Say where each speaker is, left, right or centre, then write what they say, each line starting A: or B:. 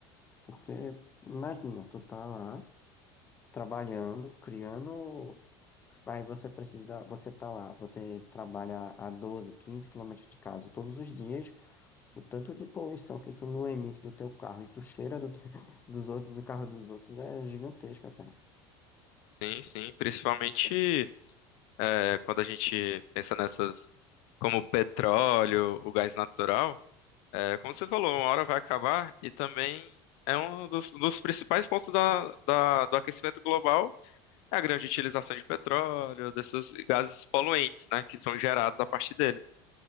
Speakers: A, on the left; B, on the left.
A: Porque, imagina, tu tá lá trabalhando, criando. Aí você precisa, você tá lá, você trabalha a 12 15 quilômetros de casa todos os dias, O tanto de poluição que tu não emite do teu carro e tu cheira do, teu- <laughs> dos outros, do carro dos outros é gigantesca, cara.
B: Sim, sim, principalmente é, quando a gente pensa nessas como o petróleo, o gás natural, é, como você falou, uma hora vai acabar e também é um dos, dos principais pontos da, da- do aquecimento global É a grande utilização de petróleo, desses gases poluentes, né, que são gerados a partir deles.